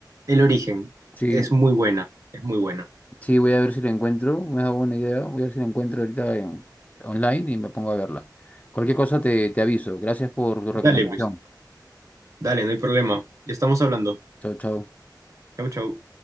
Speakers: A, on the right (about 45°); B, on the left (about 20°).
A: El origen
B: Sí,
A: es muy buena, es muy buena.
B: sí, voy a ver si la encuentro. Me da buena idea. Voy a ver si la encuentro ahorita en, online y me pongo a verla. Cualquier cosa te, te aviso. Gracias por tu recomendación.
A: Dale, pues, dale, no hay problema. Ya estamos hablando.
B: Chau, chau.
A: Chau, chau.